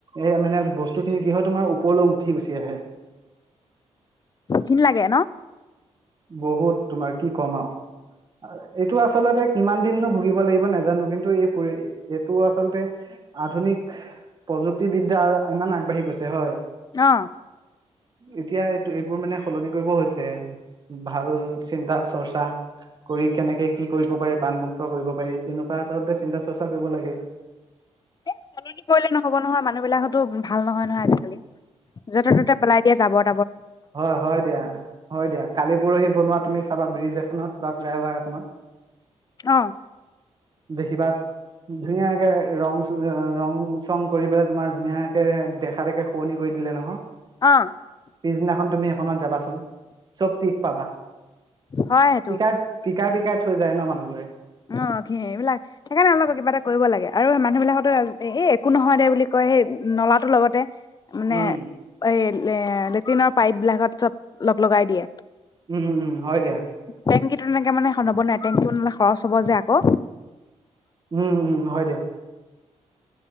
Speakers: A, on the right; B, on the left.
A: এই মানে বস্তু খিনি কি হয় তোমাৰ ওপৰলৈ উঠি গুচি আহে
B: ঘিন লাগে ন
A: বহুত তোমাৰ কি কম আও এইটো আচলতে কিমান দিননো ভুগিব লাগিব নাজানো কিন্তু এই পৰি এইটো আচলতে আধুনিক প্ৰযুক্তিবিদ্যা আৰু ইমান আগবাঢ়ি গৈছে হয়
B: অ
A: এতিয়া এইটো এইবোৰ মানে সলনি কৰিব হৈছে ভাল চিন্তা চৰ্চা কৰি কেনেকে কি কৰিব পাৰি বানমুক্ত কৰিব পাৰি তেনেকোৱা আচলতে চিন্তা চৰ্চা কৰিব লাগে
B: এ সলনি কৰিলে নহব নহয় মানুহ বিলাকতো ভাল নহয় নহয় আজিকালি য'তে ত'তে পেলাই দিয়া যাবৰ
A: হয় হয় দিয়া হয় দিয়া কালি পৰহি বনোৱা তুমি তাপা ব্ৰিজ এখনত বা ফ্লাই অভাৰ অসমত
B: অ
A: দেখিবা ধুনীয়াকে ৰং চ ৰং চং কৰি পেলাই তোমাৰ ধুনীয়াকে দেখা দেখে শুৱনি কৰি দিলে নহয়
B: অ
A: পিছদিনাখন তুমি সেইখনত যাবাচোন চব পিক পাবা
B: হয় সেইটো
A: পিক পিকাই পিকাই থৈ যায় ন মানুহ হয়
B: অ ঘিণ এইবিলাক সেইকাৰণে অলপ কিবা এটা কৰিব লাগে আৰু মানুহবিলাকতো এই একো নহয় দে বুলি কয় সেই নলাটোৰ লগতে মানে
A: উম
B: এই এ লেট্ৰিনৰ পাইপ বিলাকত চব লগ লগাই দিয়ে
A: উম উম হয় দিয়া
B: টেংকি তেনেকে মানে খনাব নাই টেংকি খৰচ হ'ব যে আকৌ
A: উম উম হয় দিয়া